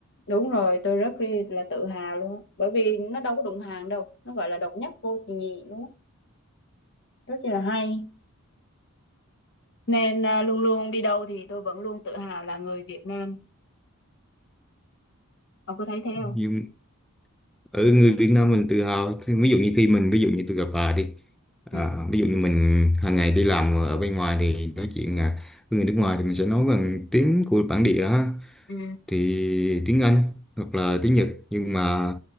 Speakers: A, on the left; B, in the centre.
A: đúng rồi tôi rất ri- là tự hào luôn á. bởi vì nó đâu có đụng hàng đâu nó gọi là độc nhất vô nhị luôn á rất là hay nên à, luôn luôn đi đâu thì tôi vẫn luôn tự hào là người Việt Nam ông có thấy thế
B: nhưng
A: không
B: ở người Việt Nam mình tự hào thì ví dụ như khi mình ví dụ như tôi gặp bà đi à,
A: ừ,
B: ví dụ như mình hàng ngày đi làm ở bên ngoài thì nói chuyện à, với người nước ngoài thì mình sẽ nói bằng tiếng của bản địa ha
A: ừ,
B: thì tiếng Anh hoặc là tiếng Nhật nhưng mà